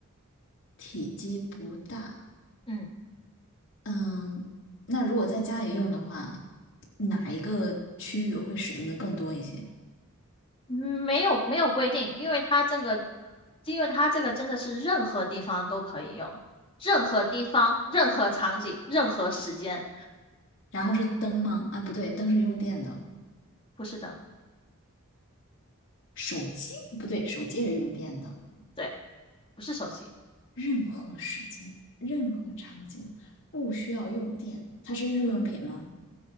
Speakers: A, on the left; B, on the left.
A: 体积不大。
B: 嗯。
A: 嗯，那如果在家里用的话，哪一个区域会使用的更多一些？
B: 嗯没有没有规定，因为它这个，因为它这个真的是任何地方都可以用，任何地方、任何场景、任何时间，
A: 然后是灯吗？啊，不对，灯是用电的。
B: 不是灯，
A: 手机？不对，手机也是用电的。
B: 对，不是手机。
A: 任何时间、任何场景不需要用电，它是日用品吗？
B: 嗯，